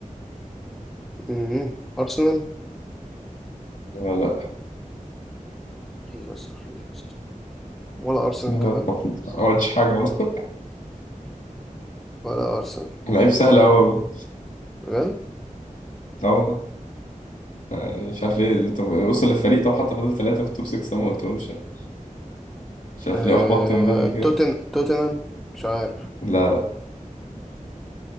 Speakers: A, in the centre; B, on the left.
A: مم. أرسنال
B: آه لا
A: إيه يا اسطى في إيه يا اسطى ولا أرسنال
B: يا نهار
A: كمان
B: أبيض. ما عملتش حاجة والله
A: ولا أرسنال
B: <laughs> لعيب سهل أوي والله
A: بجد
B: أه والله يعني مش عارف ليه طب وصل للفريق طب حتى فضل ثلاثة في التوب 6 ده ما قلتهمش يعني. مش عارف
A: آه...
B: ليه أحبطت من بدري
A: توتن
B: كده
A: توتنهام مش عارف
B: لا لا